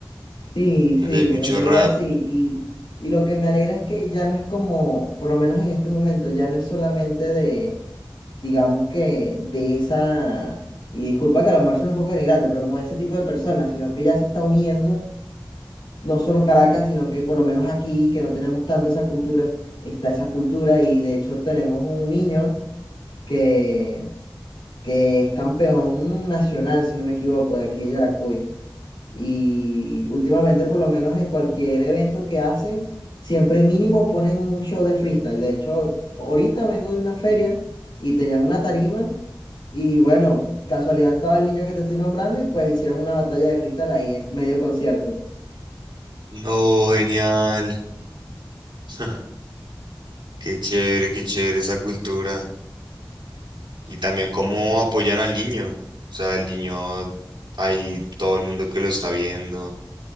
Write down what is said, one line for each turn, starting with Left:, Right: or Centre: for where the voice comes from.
Left: Sí,
Right: Allá
Left: sí,
Right: hay mucho
Left: en verdad
Right: rap.
Left: sí. Y, y lo que me alegra es que ya no es como, por lo menos en este momento, ya no es solamente de, digamos que de esa, y disculpa que a lo mejor suena un poco denigrante, pero como de ese tipo de personas, sino que ya se está uniendo, no solo Caracas, sino que por lo menos aquí, que no tenemos tanto esa cultura, está esa cultura y de hecho tenemos un niño que, que es campeón nacional, si no me equivoco, de aquí de Yaracuy. Y últimamente, por lo menos en cualquier evento que hacen, siempre mínimo ponen un show de freestyle. De hecho, ahorita vengo de una feria y tenían una tarima y bueno, casualidad estaba el niño que te estoy nombrando y pues hicieron una batalla de freestyle ahí en medio concierto.
Right: No, genial. <laughs> Qué chévere, qué chévere esa cultura. Y también cómo apoyan al niño. O sea, el niño, hay todo el mundo que lo está viendo.